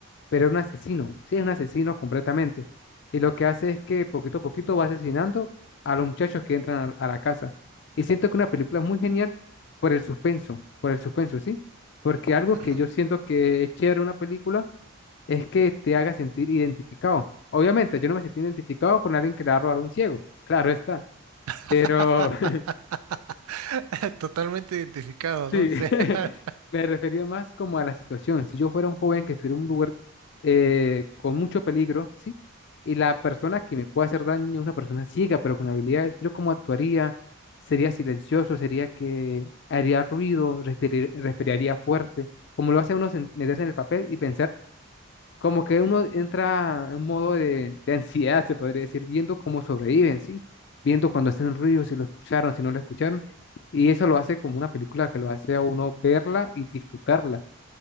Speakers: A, on the left; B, on the right.
A: pero es un asesino, sí, es un asesino completamente. Y lo que hace es que poquito a poquito va asesinando a los muchachos que entran a, a la casa. Y siento que una película muy genial por el suspenso, por el suspenso, ¿sí? Porque algo
B: Ujú.
A: que yo siento que es chévere en una película es que te haga sentir identificado. Obviamente, yo no me sentí identificado con alguien que le va a robar a un ciego, claro está,
B: <laughs>
A: pero <laughs>
B: Totalmente identificado, ¿no?
A: sí,
B: Sí.
A: <laughs>
B: <laughs>
A: me refería más como a la situación. Si yo fuera un joven que estuviera en un lugar eh, con mucho peligro, ¿sí? Y la persona que me puede hacer daño es una persona ciega, pero con habilidades, ¿yo cómo actuaría? ¿Sería silencioso? ¿Sería que haría ruido? ¿Respirar- ¿Respiraría fuerte? Como lo hace uno sen- meterse en el papel y pensar Como que uno entra en un modo de, de ansiedad, se podría decir, viendo cómo sobreviven, ¿sí? Viendo cuando hacen ruido, si lo escucharon, si no lo escucharon. Y eso lo hace como una película que lo hace a uno verla y disfrutarla.